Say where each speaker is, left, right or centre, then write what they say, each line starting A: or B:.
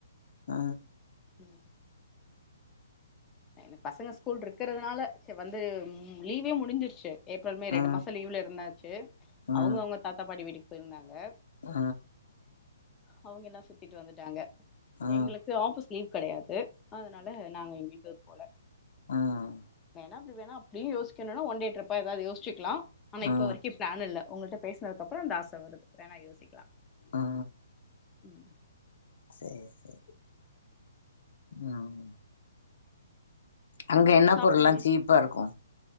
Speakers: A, on the left; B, on the left.
A: அ
B: ம் என்க்கு பசங்க ஸ்கூல் இருக்குறதுனால சே வந்து லீவே முடிஞ்சிருச்சு ஏப்ரல் மே ரெண்டு
A: ஆ
B: மாசோ லீவ்ல இருந்தாச்சு
A: ஆ
B: அவுங்க அவுங்க தாத்தா பாட்டி வீட்டுக்கு பொயிருந்தாங்க
A: அ
B: அவங்கெல்லா சுத்திட்டு வந்துட்டாங்க
A: ஆ
B: எங்ளுக்கு ஆபீஸ் லீவ் கெடையாது அதனால நாங்க எங்கயு டூர் போல
A: ம்
B: வேணா அப்டி வேணுணா அப்டியு யோசிக்கணுனா ஒன் டே ட்ரிப் ஆ ஏதாது யோசிச்சிக்லா ஆனா இப்ப
A: ஆ
B: வரைக்கு பிளான் இல்ல உங்கள்ட பேசுனதுக்கு அப்றோ அந்த ஆச வருது வேணா யோசிக்லா
A: ஆ
B: ம்
A: சேரி சேரி ம்
B: திரும்ப
A: அங்க
B: இன்னு
A: என்ன
B: சாப்பிடலையே
A: பொருள்ல்ல சீப்பா இருக்கு